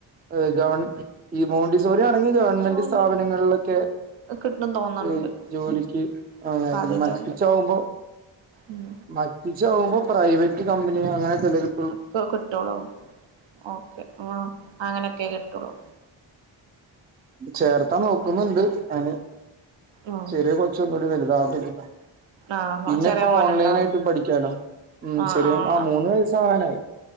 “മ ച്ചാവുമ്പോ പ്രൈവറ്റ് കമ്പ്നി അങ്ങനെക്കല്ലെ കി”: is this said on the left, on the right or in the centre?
Right